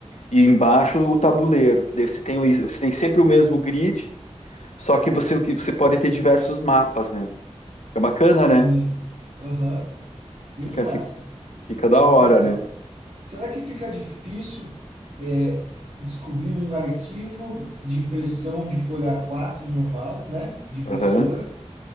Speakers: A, on the left; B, on the right.
A: E embaixo o tabuleiro, que daí você tem, o- você tem sempre o mesmo grid, só que você, que você pode ter diversos mapas, né? Fica bacana, né?
B: Sim. Aham. Muito
A: Fica,
B: massa.
A: fica, fica da
B: Muito
A: hora,
B: legal.
A: né?
B: Será que fica difícil é, descobrir um arquivo de impressão de folha a quatro normal, né? De impressora,
A: Aham.